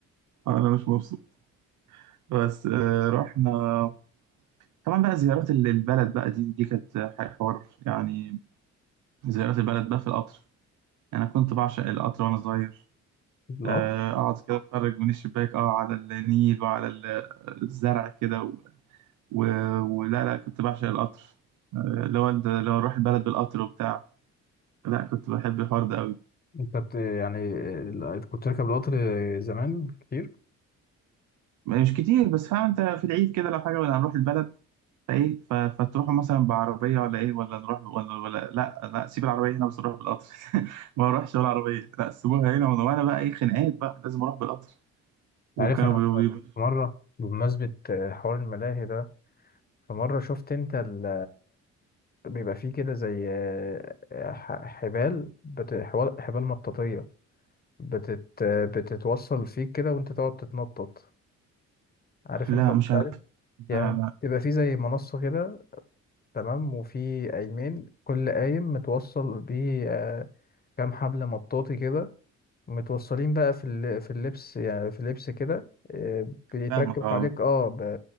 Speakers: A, on the right; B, on the left.
A: <laughs> انا مش مبسوط بس آه، رحنا طبعا بقى زيارات ال- البلد بقى دي دي كانت ح- حوار يعني زيارات البلد بقى في القطر يعني أنا كنت بعشق القطر وأنا صغير
B: القطر
A: آه، أقعد كده أتفرج من الشباك أه على النيل وعلى ال- الزرع كده و... و... ولا لا كنت بعشق القطر آه، لو أنت- لو أروح البلد بالقطر وبتاع لا كنت بحب الحوار ده أوي
B: انت بت... يعني ال- كنت راكب القطر زمان كتير
A: مش كتير بس فاهم أنت في العيد كده لو حاجة ولا هنروح البلد فإيه ف... فتروحوا مثلا بعربية ولا إيه ولا نروح ولا ولا لا لا سيب العربية هنا بس نروح بالقطر <laughs> ما بروحش ولا عربية لا سيبوها هنا وأنا وأنا بقى إيه خناقات بقى لازم أروح بالقطر وكانوا
B: عارف انا
A: بيقولوا
B: في مره بمناسبه حوار الملاهي ده في مره شفت انت ال... بيبقى فيه كده زي آه، ح- حبال بت... حوال- حبال مطاطيه بتت... بتتوصل فيك كده وانت تقعد تتنطط عارف
A: لا
B: انت البتاع
A: مش عارف
B: دي
A: لا
B: يعني
A: لا
B: بيبقى فيه زي منصه كده تمام وفي قايمين كل قايم متوصل بيه آه، كام حبل مطاطي كده متوصلين بقى في ال- في اللبس يعني في اللبس كده آه، بيتركب
A: فاهمك اه
B: حواليك اه ب...